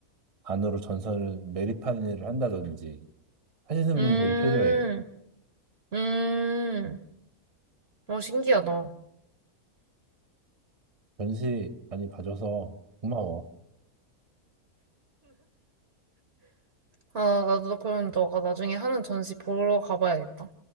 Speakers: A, on the right (about 25°); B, on the right (about 45°).
A: 안으로 전선을 매립하는 일을 한다든지 하시는
B: 응,
A: 분들이 필요해.
B: 응. 어, 신기하다.
A: 전시 많이 봐줘서 고마워.
B: 아, 나도 그럼 너가 나중에 하는 전시 보러 가봐야겠다.